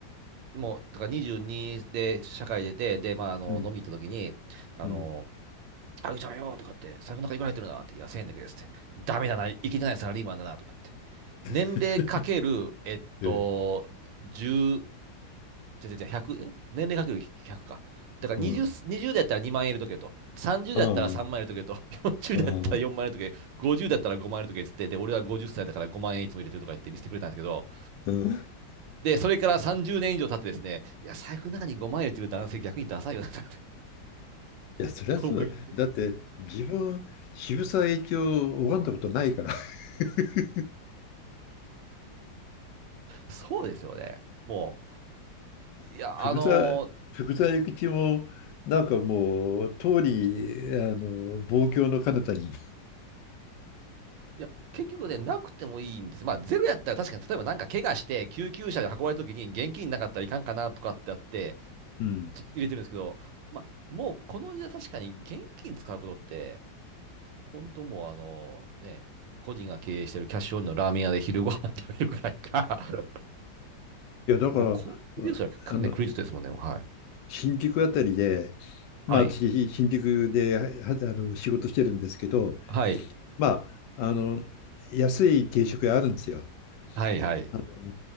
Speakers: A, on the right (about 85°); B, on the left (about 75°).
A: ーもう、だから22で社会出て、で、まあ、あの、
B: うん、
A: 飲み行った時に、あの
B: うん、
A: あぐちゃんよとかって、財布の中いくら入ってるなって、いや、1000円だけですって。ダメだな、いけてないサラリーマンだなとかって。年齢かける、
B: <laughs>
A: えっと、
B: うん、
A: 10、じゃじゃじゃ100、え年齢かける100か。だから20、
B: うん、
A: 20だったら2万円入れとけと。30だったら3万円入れとけと。
B: ああ、
A: <laughs> 40だったら4万円入れとけ。
B: ああ、
A: 50だったら5万円入れとけっつって。で、俺は50歳だから5万円いつも入れてるとか言って見せてくれたんですけど。
B: うん。
A: で、それから30年以上経ってですね、いや、財布の中に5万円入れてる男性逆にダサいよなとかって
B: いや、そりゃそう。
A: <laughs> 思い。
B: だって、自分、渋沢栄一を拝んだことないから。<laughs>
A: そうですよね。もう、いや、
B: 福沢、
A: あの
B: 福沢諭吉も、なんかもう、通り、あの、望郷の彼方に。
A: いや、結局ね、なくてもいいんです。まあ、ゼロやったら確かに、例えばなんか怪我して、救急車で運ばれた時に現金なかったらいかんかなとかってあって、
B: うん。
A: ちょっと入れてるんですけど、まあ、もうこの時代確かに現金使うことって、本当もうあの、ね、個人が経営してるキャッシュオンリーのラーメン屋で昼ご飯食べるくらいか、<laughs>
B: いや、だから、
A: もうコンビニですら、
B: あの、
A: ね、クレジットですもんね、もうはい。
B: 新宿あたりで、まあ、
A: はい。
B: 私、新宿で、はあの、仕事してるんですけど、
A: はい。
B: まあ、あの、安い定食屋あるんですよ。
A: はい、はい。
B: う